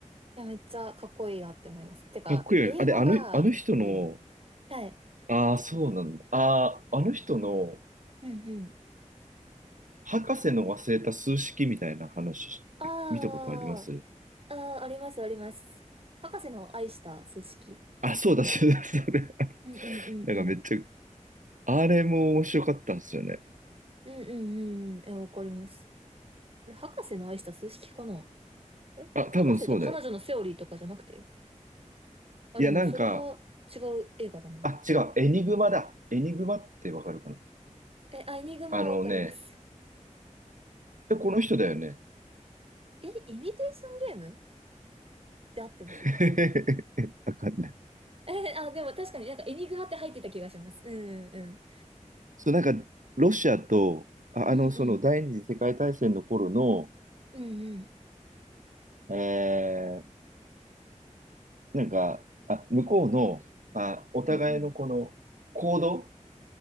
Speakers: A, on the right; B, on the right.
A: や、めっちゃかっこいいなって思います。てか、
B: かっこいいよね。
A: 英語が、
B: あ、で、あの、あの人の、
A: いい。はい。
B: ああ、そうなんだ。ああ、あの人の、
A: うんうん。
B: 博士の忘れた数式みたいな話、
A: あ
B: 見たことあります
A: あ、ああ、あります、あります。博士の愛した数式。
B: あ、そうだ、そうだ、そうだ。
A: うんうんうんうん。
B: なんかめっちゃ、あれも面白かったんですよね。
A: うんうんうん。え、わかります。あれ、博士の愛した数式かなあれ博士と彼女のセオリーとかじゃなくて
B: あ、多分そうだよ。
A: あ、
B: いや、
A: でもそれは違う映画だな。
B: なんか、あ、違う、エニグマだ。エニグマってわかるかな
A: え、アイニグマはわかります。
B: あのね、えこの人だよね。
A: え、イミテーションゲームで合ってます
B: <laughs> わかんない。
A: え、あ、でも確かになんかエニグマって入ってた気がします。うんうん
B: そう、なんか、ロシアと、あ、
A: うん。
B: あの、
A: うんうん。
B: その第二次世界大戦の頃の、
A: うんうん。
B: えー、なんか、あ、向こうの、あ、お互いのこの、
A: うんうん。
B: 行動